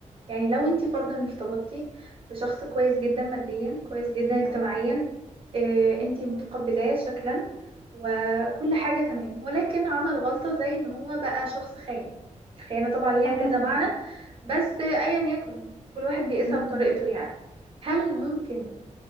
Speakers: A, on the right (about 45°); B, on the left (about 40°).
A: يعني لو انت فرضا ارتبطتي بشخص كويس جدا ماديا كويس جدا اجتماعيا
B: مم.
A: اه انت متقبلاه شكلا وكل حاجة تمام ولكن عمل غلطة زي ان هو بقى شخص خاين الخيانة طبعا ليها
B: اه
A: كذا
B: طبعا
A: معنى بس ايا يكن كل واحد بيقيسها
B: مم.
A: بطريقته يعني هل ممكن